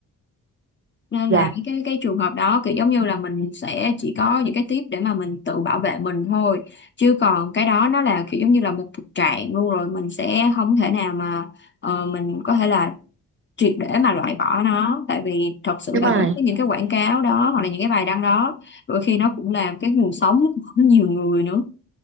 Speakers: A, on the left; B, on the right.
A: nên
B: Dạ,
A: là cái cái cái trường hợp đó kiểu giống như là mình sẽ chỉ có những cái tip để mà mình tự bảo vệ mình thôi chứ còn cái đó nó là kiểu giống như là một thực trạng luôn rồi mình sẽ không thể nào mà ờ, mình có thể là triệt để mà loại bỏ nó tại vì thật sự
B: đúng
A: là
B: rồi.
A: đối với những cái quảng cáo đó hoặc là những cái bài đăng đó đôi khi nó cũng là cái nguồn sống của <laughs> nhiều người nữa